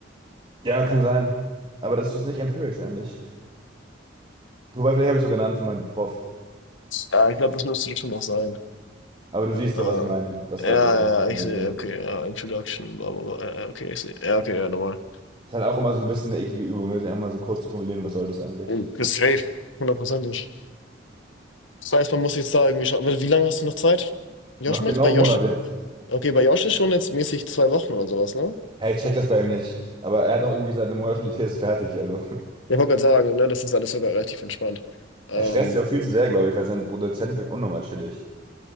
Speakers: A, on the right; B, on the left.
A: Ja, kann sein. Aber das ist nicht Empirics eigentlich. Wobei, vielleicht habe ich so genannt für meinen Prof.
B: Ja, ich glaube, das müsste schon noch sein.
A: Aber du siehst
B: Ah,
A: so, was ich meine. Das
B: ja,
A: war so. Das ist
B: ja,
A: so
B: ich
A: der
B: sehe,
A: Sinn.
B: okay, ja, Introduction, bla bla bla. Ja, ja, okay, ich sehe. Ja, okay, ja, normal
A: Ist halt auch immer so ein bisschen eine eklige Übung, ne? Sich einfach mal so kurz zu formulieren, was soll das eigentlich?
B: Mhm. Ist safe. Hundertprozentig. Das heißt, man muss jetzt da irgendwie schauen. Warte, Wie lange hast du noch Zeit? Josh,
A: Noch
B: meinst
A: genau
B: du? Bei
A: einen
B: Josh?
A: Monat jetzt.
B: Okay, bei Josh ist schon jetzt mäßig zwei Wochen oder sowas, ne?
A: Hey, ich check das bei
B: Okay.
A: ihm nicht. Aber er hat auch irgendwie seit einem Monat schon die These fertig. Also
B: Ja, Ich wollte gerade sagen, ne, das ist alles sogar relativ entspannt.
A: <laughs>
B: Ähm,
A: er stresst sich auch viel zu sehr, glaube ich, weil sein Produzent wirkt unnormal chillig.